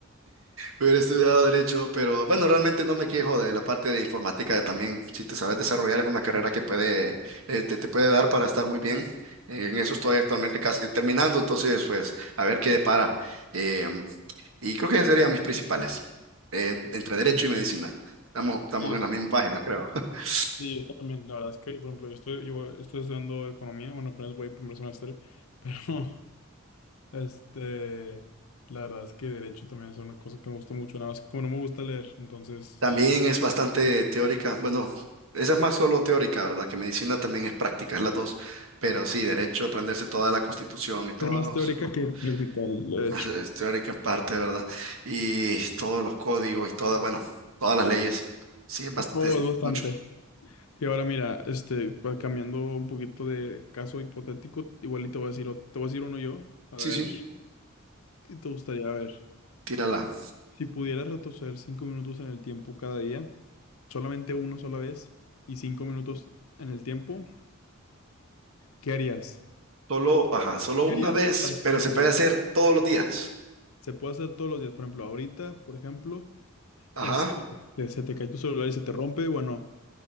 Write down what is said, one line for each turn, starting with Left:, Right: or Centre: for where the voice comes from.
Right: Hubiera estudiado derecho, pero bueno, realmente no me quejo de la parte de informática. También, si te sabes desarrollar, es una carrera que puede, eh, te, te puede dar para estar muy bien. Eh, en eso estoy actualmente casi terminando, entonces, pues, a ver qué depara. Em, y creo que esas serían mis principales, eh, entre derecho
Left: Sí,
Right: y medicina. Estamos, estamos
Left: sí, yo,
Right: en
Left: ta-
Right: la misma página, creo. <laughs>
Left: sí, yo también. La verdad es que, por ejemplo, yo estoy, yo estoy estudiando economía, bueno, apenas voy primer semestre, pero, <laughs> este, la verdad es que derecho también es una cosa que me gusta mucho, nada más que como no me gusta leer, entonces
Right: También
Left: ahí es.
Right: es bastante teórica. Bueno, esa es más solo teórica, ¿verdad? Que medicina también es práctica, es las dos. Pero sí, derecho, aprenderse toda la constitución y todos
Left: Es más
Right: los,
Left: teórica
Right: los
Left: que practical, de
Right: <laughs>
Left: hecho.
Right: Teórica en parte, ¿verdad? Y todos los códigos y todas, bueno, todas las leyes. Sí, es bastante,
Left: Oh, es bastante.
Right: mucho.
Left: Y ahora mira, este, pa- cambiando un poquito de caso hipotético, igual y te voy a decir, ot- te voy a decir uno yo. A ver,
Right: Sí, sí,
Left: si te gustaría, a ver,
Right: tírala.
Left: si pudieras retroceder cinco minutos en el tiempo cada día, solamente una sola vez y cinco minutos en el tiempo, ¿qué harías?
Right: Solo, ajá, solo una
Left: ¿Qué harías?
Right: vez,
Left: ¿Para qué
Right: pero
Left: lo
Right: se
Left: usarías?
Right: puede hacer todos los días.
Left: Se puede hacer todos los días, por ejemplo, ahorita, por ejemplo,
Right: Ajá.
Left: este, que se te cae tu celular y se te rompe, bueno.